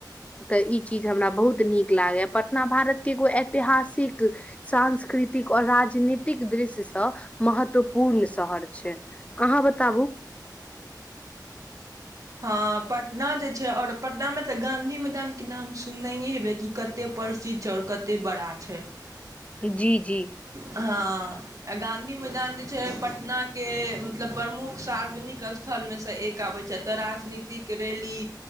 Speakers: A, on the left; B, on the right.
A: तऽ ई ची- ज हमरा बहुत नीक लागैए। पटना भारतके एगो ऐतिहासिक, सांस्कृतिक और राजनीतिक दृश्यसँ महत्वपूर्ण शहर छै। अहाँ बताबू।
B: हँ, पटना जे छै और पटनामे तऽ गाँधी मैदानके नाम सुननहिए हेबै, कि कतेक प्रसिद्ध छै आओर कतेक बड़ा छै।
A: जी जी।
B: हँ, आ गाँधी मैदान जे छै पटनाके मतलब प्रमुख सार्वजनिक स्थलमे सँ एक आबै छथि। त राजनीतिक रैली